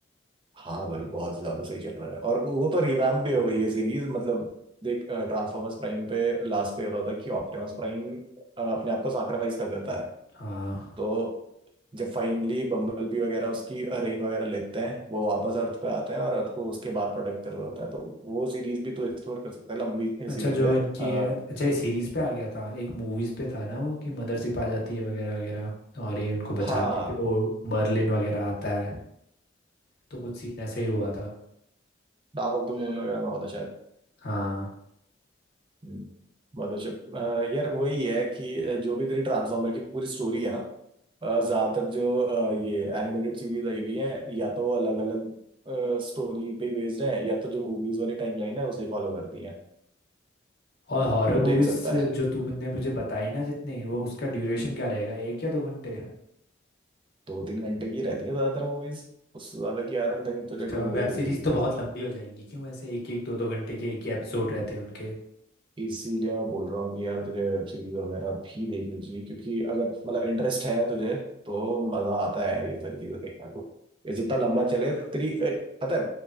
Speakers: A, on the right; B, on the left.
A: हाँ भाई बहुत ज्यादा सही चल रहा है और वो तो रिवैम्प भी हो गई है सीरीज मतलब देख ट्रांसफॉर्मर्स प्राइम पे लास्ट पे होता था कि ऑप्टिमस प्राइम अपने आप को सैक्रिफाइस कर देता है
B: हाँ
A: तो जब फाइनली बम्बलबी वगैरह उसकी रेन वगैरह लेते हैं वो वापस अर्थ पे आते हैं और अर्थ को उसके बाद प्रोटेक्ट कर रहे होते हैं तो वो सीरीज भी तो एक्सप्लोर कर सकता है लंबी
B: अच्छा
A: सीरीज
B: जो
A: है
B: इनकी
A: अ,
B: अच्छा ये सीरीज पे आ गया था एक मूवीज पे था ना वो कि मदरशिप आ जाती है वगैरह वगैरह और ये उनको बचाते
A: हाँ
B: हैं फिर ओ मर्लिन वगैरह आता है तो कुछ सीन ऐसे ही हुआ था
A: डार्क ऑफ द मून वगैरह में होता शायद
B: हाँ
A: हम्म, मदरशिप अ, यार वही है कि अ, जो भी तेरी ट्रांसफॉर्मर की पूरी स्टोरी है ना अ, ज्यादातर जो अ, ये एनिमेटेड सीरीज आई हुई है या तो अलग अलग स्टोरी पे बेस्ड है या तो जो मूवीज वाली टाइमलाइन है उसे फॉलो करती है
B: और हॉरर
A: तो
B: मूवीज
A: देख सकता है
B: जो तुमने मुझे बताई ना जितनी वो उसका ड्यूरेशन क्या रहेगा एक या दो घंटे
A: दो तीन घंटे की रहती है ज्यादातर मूवीज उससे ज्यादा की आयरन तक तुझे
B: तो
A: कोई मूवी
B: वेब सीरीज
A: दिखेगी
B: तो बहुत लंबी हो जाएंगी क्यों ऐसे एक एक दो दो घंटे के एक ही एपिसोड रहते हैं उनके
A: इसीलिए मैं बोल रहा हूँ कि यार तुझे वेब सीरीज वगैरह भी देखनी चाहिए क्योंकि अगर मतलब इंटरेस्ट है तुझे तो मजा आता है यार ये सारी चीजें देखने को ये जितना लंबा चले तेरी ए, पता है